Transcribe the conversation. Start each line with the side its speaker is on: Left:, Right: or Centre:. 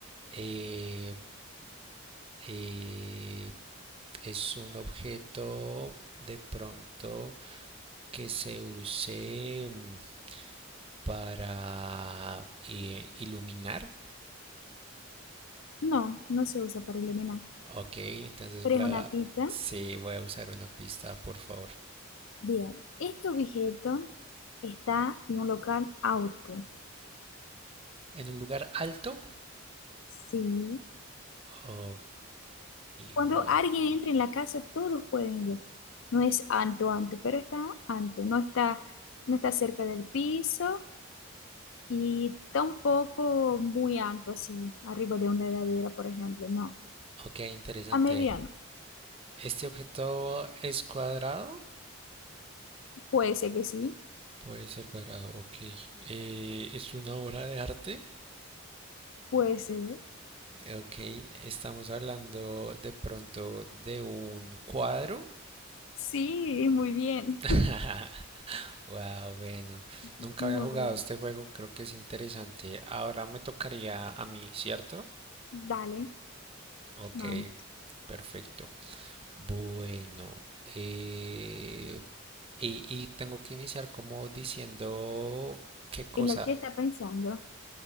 Right: Eh, eh, es un objeto de pronto que se use. mm, para eh, iluminar.
Left: no, no se usa para eliminar.
Right: Ok, entonces
Left: Pero
Right: voy
Left: es una
Right: a...
Left: Mm, pista.
Right: Sí, voy a usar una pista, por favor.
Left: Bien, este objeto está en un local auto.
Right: En un lugar alto.
Left: Sí,
Right: Ok,
Left: Cuando
Right: gua-
Left: alguien entra en la casa, todos pueden ver. No es alto, alto, pero está alto. No está, no está cerca del piso y tampoco muy alto, así, arriba de una heladera, por ejemplo. No,
Right: Ok, interesante.
Left: a mediano.
Right: ¿Este objeto es cuadrado?
Left: Puede ser que sí,
Right: Puede ser cuadrado, ok. Eh, ¿es una obra de arte?
Left: puede ser.
Right: Ok, estamos hablando de pronto de un cuadro.
Left: Sí, muy bien,
Right: <laughs> Wow, bueno,
Left: <laughs>
Right: nunca
Left: muy
Right: había jugado
Left: bien.
Right: este juego, creo que es interesante. Ahora me tocaría a mí, ¿cierto?
Left: Dale,
Right: Ok,
Left: vamos.
Right: perfecto. Bueno, eh, y, y tengo que iniciar como diciendo qué cosa,
Left: ¿Y lo que está pensando?